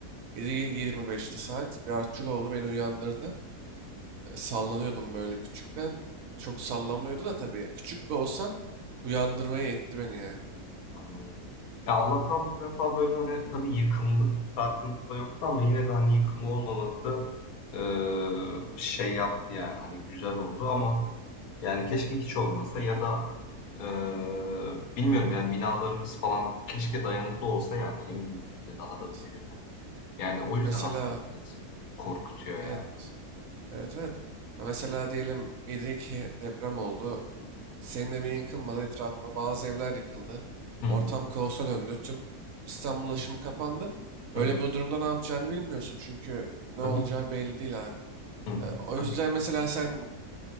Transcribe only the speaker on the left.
anladım. Ya Allah'tan bu defa böyle hani tabii yıkımlık bir sarsıntı da yoktu ama yine de hani yıkım olmaması eee, şey yaptı yani hani güzel oldu ama yani keşke hiç olmasa ya da eee, bilmiyorum yani binalarımız falan keşke dayanıklı olsa yani en büyüğüne de daha
da büyüğüne. Yani o
yüzden
aslında biraz korkutuyor
yani.
Hı
hı,
hı hı.
Tabii.
Hı hı,
tabii.